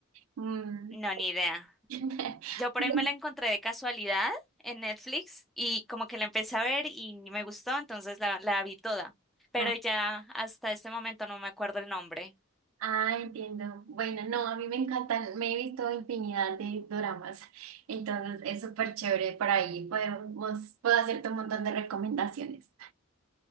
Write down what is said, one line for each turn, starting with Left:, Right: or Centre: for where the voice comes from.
Right: Mm.
Centre: no, ni idea.
Right: <laughs>
Centre: Yo por ahí me la encontré de casualidad en Netflix y como que la empecé a ver y me gustó, entonces la, la vi toda. Pero
Right: Ah,
Centre: ya hasta este momento no me acuerdo el nombre.
Right: ah, entiendo. Bueno, no, a mí me encantan, me he visto infinidad de doramas, entonces es súper chévere por ahí, podemos, puedo hacerte un montón de recomendaciones.